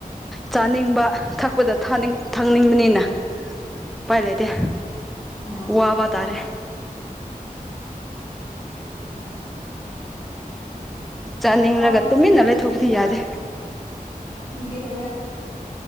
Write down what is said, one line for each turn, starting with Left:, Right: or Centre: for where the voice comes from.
Centre: ꯆꯥꯅꯤꯡꯕ ꯊꯛꯄꯗꯅꯤꯡ ꯊꯛꯅꯤꯡꯕꯅꯤꯅ ꯎꯄꯥꯏ ꯂꯩꯇꯦ
Left: ꯑ
Centre: ꯋꯥꯕꯇꯥꯔꯦ
Left: ꯌꯥ ꯁꯃꯃꯦ
Centre: ꯆꯥꯅꯤꯡꯂꯒ
Left: ꯊꯥꯎꯗꯣ
Centre: ꯇꯨꯃꯤꯟꯅ
Left: ꯑꯩꯅ ꯉꯁꯤ
Centre: ꯂꯩꯊꯣꯛꯄꯗꯤ
Left: ꯏꯟꯁꯥꯡ
Centre: ꯌꯥꯗꯦ
Left: ꯊꯤꯒꯦ ꯇꯧꯋꯦ